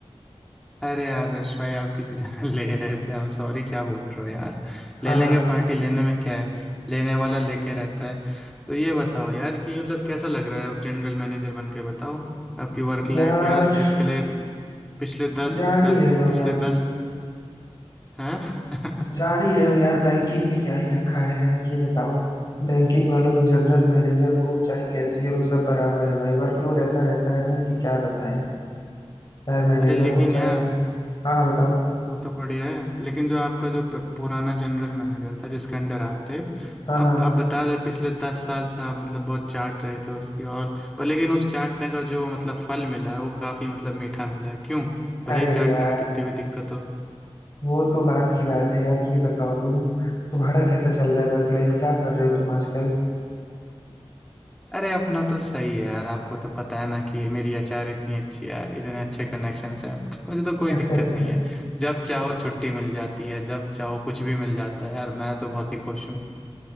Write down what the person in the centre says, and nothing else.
अरे आदर्श भाई आपकी ज- <laughs> ले रहे थे हम सॉरी क्या बोल रहे हो यार
ले लेंगे
पार्टी लेने में क्या है लेने वाला लेके रहता है तो ये बताओ यार कि मतलब कैसा लग रहा है आप जनरल मैनेजर बन के बताओ आपकी वर्क लाइफ
यार जिसके लिए पिछले दस
दस
पिछले
दस हैं <laughs>
अरे लेकिन
यार
वो तो बढ़िया है लेकिन जो आपका जो प- पुराना जनरल मैनेजर था जिसके अंडर आप थे तो
आप आप बता रहे पिछले दस साल से आप मतलब बहुत चाट रहे थे उसकी और पर लेकिन उस चाटने का जो मतलब फल मिला है वो काफी मतलब मीठा मिला है क्यों भले
ही चाटने
में कितनी भी दिक्कत हो
अरे अपना तो सही है यार आपको तो पता है ना कि मेरी अचार इतनी अच्छी है यार इतने अच्छे कनेक्शंस हैं मुझे तो कोई
दिक्कत
नहीं है जब चाहो छुट्टी मिल जाती है जब चाहो कुछ भी मिल जाता है यार मैं तो बहुत ही खुश हूँ